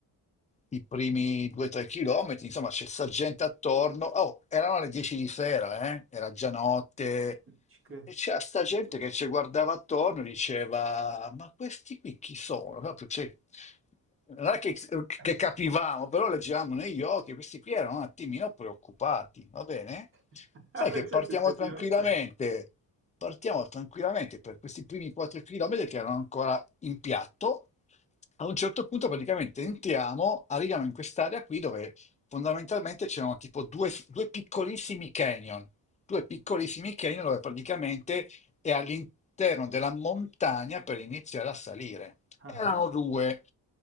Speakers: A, on the left; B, on the right.
A: i primi 2-3 chilometri, insomma c'è sta gente attorno. Oh, erano le 10 di sera, eh? Era già notte,
B: Ci credo.
A: e c'era sta gente che ci guardava attorno e diceva: Ma questi qui chi sono? Proprio, cioè, non è che,
B: Eh,
A: che
B: sì.
A: capivamo, però leggevamo negli occhi, questi qui erano un attimino preoccupati, va bene?
B: <laughs>
A: Sai
B: Ah,
A: che
B: Beh,
A: partiamo
B: certo, effettivamente.
A: tranquillamente, partiamo tranquillamente per questi primi 4 chilometri che erano ancora in piatto. A un certo punto praticamente entriamo, arriviamo in quest'area qui dove fondamentalmente c'erano tipo due due piccolissimi canyon due piccolissimi canyon dove praticamente è all'interno della montagna per iniziare a salire.
B: Ah,
A: Erano due.